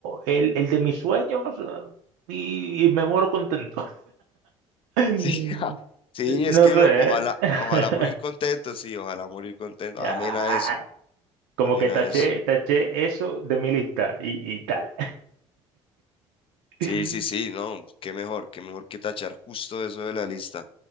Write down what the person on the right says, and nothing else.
el, el de mis sueños eh, y, y me muero contento. <laughs>
No
sé,
¿eh? <laughs>
Ah,
Como
que taché,
taché eso de mi lista y, y tal.
<laughs>